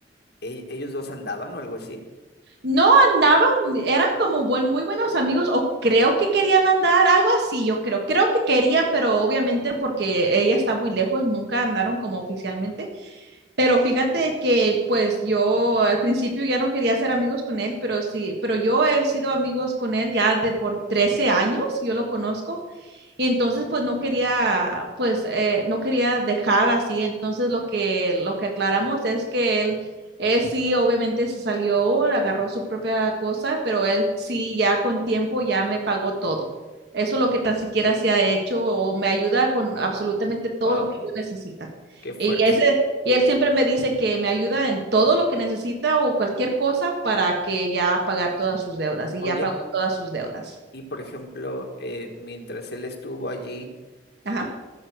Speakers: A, on the left; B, on the right.
A: ¿e- ¿ellos dos andaban o algo así?
B: no andaban, eran como buen, muy buenos amigos o creo que querían andar, algo así, yo creo. Creo que querían, pero obviamente porque ella está muy lejos, nunca andaron como oficialmente. Pero fíjate que pues yo al principio ya no quería ser amigos con él, pero sí, pero yo he sido amigos con él ya de por 13 años, yo lo conozco. Y entonces, pues no quería, pues eh, no quería dejar así. Entonces, lo que, lo que aclaramos es que él, él sí, obviamente se salió, agarró su propia cosa, pero él sí, ya con tiempo, ya me pagó todo. Eso es lo que tan siquiera se ha hecho o me ayuda con absolutamente todo
A: Wow.
B: lo que yo necesita.
A: Qué fuerte.
B: Y ese, y él siempre me dice que me ayuda en todo lo que necesita o cualquier cosa para que ya pagar todas sus deudas y
A: Oye,
B: ya pagó todas sus deudas.
A: y por ejemplo, eh, mientras él estuvo allí,
B: Ajá.